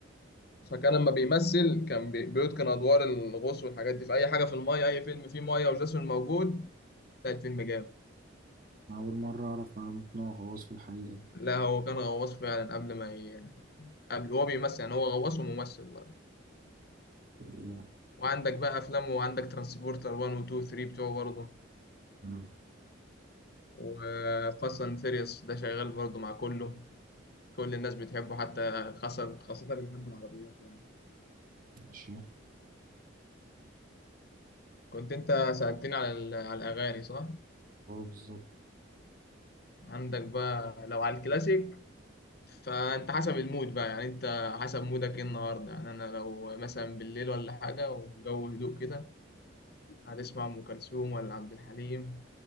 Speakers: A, on the left (about 50°); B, on the right (about 45°).
A: فكان لما بيمثل كان بي- بيتقن ادوار الغوص والحاجات دي في اي حاجه في المايه اي فيلم فيه مايه وجاسون موجود تلاقي الفيلم جامد
B: أنا أول مرة أعرف معلومة إن هو غواص في الحقيقة دي
A: لا هو كان غواص فعلا قبل ما ي... قبل هو بيمثل يعني هو غواص وممثل برضه
B: إيه
A: وعندك بقى افلامه وعندك ترانسبورتر 1 و 2 و 3 بتوعه برضه
B: يعني؟
A: وفاست اند فيريوس ده شغال برضه مع كله كل الناس بتحبه حتى خاصة خاصة اللي بيحبوا العربيات يعني
B: ماشي
A: كنت انت سألتني على ال... على الاغاني صح
B: هو بالظبط
A: عندك بقى لو على الكلاسيك فانت حسب المود بقى يعني انت حسب مودك ايه النهارده يعني انا لو مثلا بالليل ولا حاجه والجو هدوء كده هتسمع ام كلثوم ولا عبد الحليم